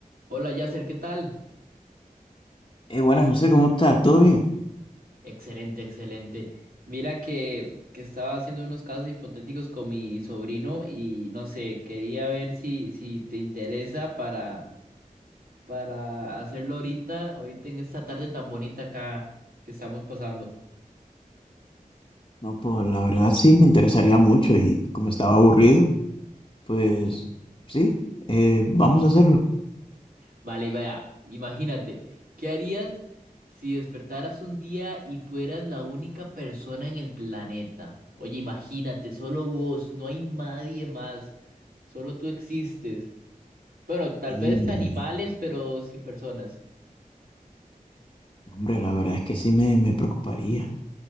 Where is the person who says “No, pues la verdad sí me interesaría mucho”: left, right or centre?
Left